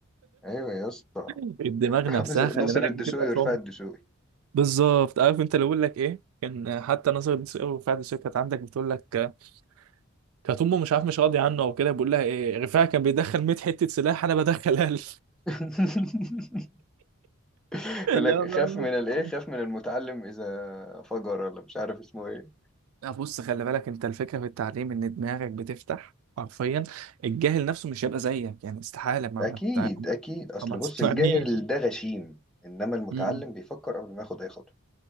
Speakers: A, in the centre; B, on the right.
A: أيوة يا اسطى
B: <laughs> الدماغ
A: <laughs>
B: نفسها
A: عامل زي ناصر
B: خلي بالك
A: الدسوقي
B: بتبقى
A: ورفاعي
B: فاهم
A: الدسوقي
B: بالظبط عارف انت اللي بقول لك ايه كان حتى نظر بتسأله وفعلا الشركه كانت عندك بتقول لك آه، كانت امه مش عارف مش راضي عنه او كده بقول لها ايه رفاعي كان بيدخل 100 حته سلاح انا بدخل قال
A: <laughs> يقول
B: لا
A: لك
B: <laughs>
A: خاف من الايه
B: بقى
A: خاف من المتعلم اذا فجر ولا مش عارف اسمه ايه
B: لا بص خلي بالك انت الفكره في التعليم ان دماغك بتفتح حرفيا الجاهل نفسه مش هيبقى زيك يعني استحاله ما
A: اكيد
B: ما تع- ما
A: اكيد اصل
B: ما
A: بص
B: تقنعنيش
A: الجاهل ده غشيم انما
B: <laughs>
A: المتعلم
B: أمم.
A: بيفكر قبل ما ياخد اي خطوه